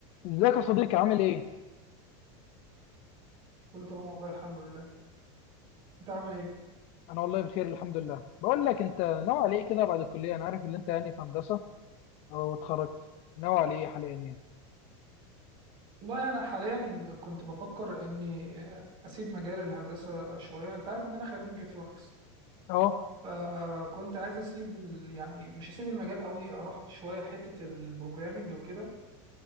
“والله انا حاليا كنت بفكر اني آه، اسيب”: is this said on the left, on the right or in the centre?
Right